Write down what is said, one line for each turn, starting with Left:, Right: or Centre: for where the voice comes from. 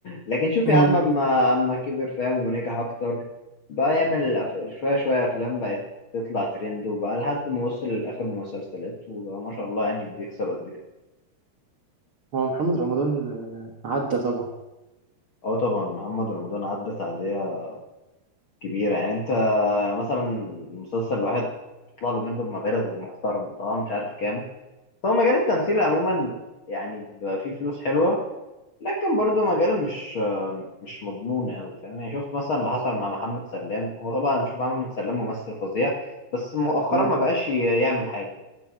Left: لكن شوف
Right: مم.
Left: يا عم اما اما كبر فاهم ونجح اكتر بقى يعمل أف... شويه شويه افلام بقت تطلع ترند وبقى لحد ما وصل لاخر مسلسلات وبقى ما شاء الله يعني بيكسب قد كده
Right: هو محمد رمضان آه، عدى طبعا
Left: اه طبعا محمد رمضان عدى تعدية كبيرة يعني انت يعني مثلا المسلسل الواحد بيطلع له منه بمبالغ محترمة طبعا مش عارف كام هو مجال التمثيل عموما يعني بيبقى فيه فلوس حلوة لكن برضه مجال مش مش مضمون قوي فاهم يعني شفت مثلا اللي حصل مع محمد سلام هو طبعا شوف محمد سلام ممثل فظيع بس مؤخرا
Right: مم.
Left: ما بقاش يعمل حاجة